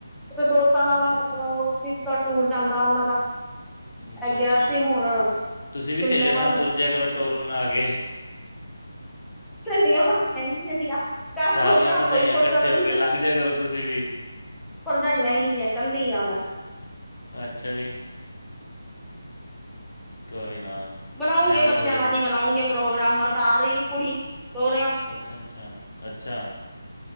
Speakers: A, in the centre; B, on the left.
A: ਤੇ ਦੋਸਤਾਂ ਦਾ
B: ਹਾਂਜੀ, ਹਾਂਜੀ
A: ਉਹ ਫੀ ਟੂਰ ਜਾਂਦਾ ਉਹਨਾਂ ਦਾ
B: ਅੱਛਾ
A: ਇਹ ਗਿਆ
B: ਅੱਛਾ
A: ਸੀ ਹੁਣ
B: ਤੁਸੀਂ ਵੀ
A: ਸ਼ਿਮਲੇ
B: ਸਹੇਲੀਆਂ ਨਾਲ
A: ਵੱਲ
B: ਤੁਰ ਜਿਆ ਕਰੋ ਟੋਰ ਬਣਾ ਕੇ
A: ਝੱਲੀਆਂ ਬਣਿਆ ਹੀ ਨ ਹੈ ਘਰ
B: ਸਾਰੀਆਂ
A: ਤੋਂ ਘਰ
B: ਭਰਜਾਈਆਂ
A: ਤੋਂ ਹੀ ਫੜ
B: ਇਕੱਠੇ
A: ਸਕਦੀ
B: ਹੋ ਕੇ
A: ਹੈ
B: ਲੰਘ ਜਿਆ ਕਰੋ ਤੁਸੀਂ ਵੀ।
A: ਭਰਜਾਈਆਂ ਹੀ ਨਹੀਂ ਹੈ ਕੱਲੀ ਆ ਮੈਂ
B: ਅੱਛਾ ਜੀ ਕੋਈ ਨਾ
A: ਬਣਾਉਂਗੇ
B: ਐਵੇਂ
A: ਬੱਚਿਆਂ
B: ਥੋੜ੍ਹੇ
A: ਨਾਲ
B: ਜੀ
A: ਹੀ ਬਣਾਉਗੇ ਪ੍ਰੋਗਰਾਮ ਬਸ ਆ ਰਹੀ ਕੁੜੀ ਸੋਹਰਿਓ
B: ਅੱਛਾ ਅੱਛਾ ਅੱਛਾ